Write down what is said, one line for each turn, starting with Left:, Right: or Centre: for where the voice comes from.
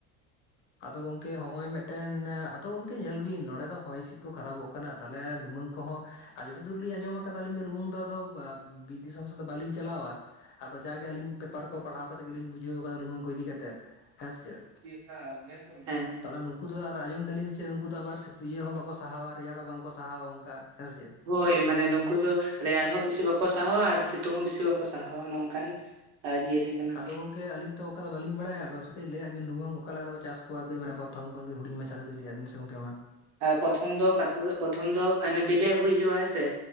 Left: ᱟᱫᱚ ᱜᱚᱝᱠᱮ ᱦᱚᱸᱜ-ᱚᱭ ᱢᱮᱫᱴᱮᱱ, ᱟᱫᱚ ᱜᱚᱝᱠᱮ ᱧᱮᱞ ᱵᱤᱱ ᱱᱚᱸᱰᱮ ᱫᱚ ᱦᱚᱭ ᱦᱸᱥᱤᱫ ᱠᱚ ᱠᱷᱟᱨᱟᱵᱚᱜ ᱠᱟᱱᱟ᱾ ᱛᱟᱦᱞᱮ ᱞᱩᱢᱟᱹᱝ ᱠᱚᱦᱚᱸ, ᱟᱨ ᱡᱚᱛᱚ ᱫᱩᱨ ᱞᱤᱧ ᱟᱸᱡᱚᱢ ᱟᱠᱟᱫᱟ ᱟᱹᱞᱤᱧ ᱫᱚ ᱞᱩᱢᱟᱹᱝ ᱫᱚ ᱟᱫᱚ ᱵᱤᱨ ᱫᱤᱥᱚᱢ ᱥᱮᱫᱚ ᱵᱟᱹᱞᱤᱧ ᱪᱟᱞᱟᱣᱟ᱾ ᱟᱫᱚ ᱡᱟᱜᱮ ᱟᱹᱞᱤᱧ ᱯᱮᱯᱟᱨ ᱠᱚ ᱯᱟᱲᱦᱟᱣ ᱠᱟᱛᱮᱫ ᱜᱮᱞᱤᱧ ᱵᱩᱡᱷᱟᱹᱣ ᱠᱟᱫᱟ ᱞᱩᱢᱟᱹᱝ ᱠᱚ ᱤᱫᱤ ᱠᱟᱛᱮᱫ ᱦᱮᱸ ᱥᱮ ᱪᱮᱫ᱾
Right: <unintelligible>
Left: ᱟᱫᱚ ᱱᱩᱠᱩ ᱫᱚ ᱟᱨ ᱟᱸᱡᱚᱢ ᱫᱟᱞᱤᱧ ᱥᱮ ᱪᱮᱫ, ᱩᱱᱠᱩ ᱫᱚ ᱟᱵᱟᱨ ᱛᱩᱭᱟᱹ ᱦᱚᱸ ᱵᱟᱝᱠᱚ ᱥᱟᱦᱟᱣᱟ, ᱨᱮᱭᱟᱲ ᱦᱚᱸ ᱵᱟᱝᱠᱚ ᱥᱟᱦᱟᱣᱟ ᱚᱝᱠᱟ, ᱦᱮᱸ ᱥᱮ ᱪᱮᱫ?
Right: ᱦᱳᱭ ᱢᱟᱱᱮ ᱱᱩᱠᱩ ᱫᱚ ᱨᱮᱭᱟᱲ ᱦᱚᱸ ᱵᱤᱥᱤ ᱵᱟᱠᱚ ᱥᱟᱦᱟᱣᱟ ᱟᱨ ᱥᱤᱛᱩᱝ ᱦᱚᱸ ᱵᱤᱥᱤ ᱵᱟᱠᱚ ᱥᱟᱦᱟᱣᱟ ᱱᱚᱝᱠᱟᱱ᱾ ᱟᱸᱻ ᱡᱤᱭᱟᱹᱞᱤ᱾ ᱠᱟᱱᱟ ᱠᱚ᱾
Left: ᱟᱫᱚ ᱜᱚᱝ ᱠᱮ ᱟᱹᱞᱤᱧ ᱛᱚ ᱚᱝᱠᱟ ᱫᱚ ᱵᱟᱹᱞᱤᱧ ᱵᱟᱲᱟᱭᱟ, ᱠᱚᱢ ᱥᱮ ᱠᱟᱺᱡ ᱞᱟᱹᱭᱟᱜ ᱵᱤᱱ ᱞᱩᱢᱟᱹᱝ ᱚᱠᱟᱞᱮᱠᱟᱛᱮᱠ ᱪᱟᱥ ᱠᱚᱣᱟ ᱠᱟᱺᱡ ᱢᱟᱱᱮ ᱯᱨᱚᱛᱷᱚᱢ ᱠᱷᱚᱱ ᱜᱮ ᱦᱩᱰᱤᱧ ᱢᱟᱪᱷᱟ ᱛᱮ? ᱦᱮᱸ ᱞᱟᱹᱭᱟᱜ ᱵᱤᱱ ᱥᱮ ᱜᱚᱝᱠᱮ ᱢᱟ᱾
Right: ᱮᱸ, ᱯᱨᱚᱛᱷᱚᱢ ᱫᱚ, ᱯᱨᱚᱛᱷᱚᱢ ᱫᱚ ᱚᱱᱮ ᱵᱤᱞᱤ ᱟᱹᱜᱩᱭ ᱦᱩᱭᱩᱜᱼᱴ-ᱟ ᱦᱮᱸ ᱥᱮ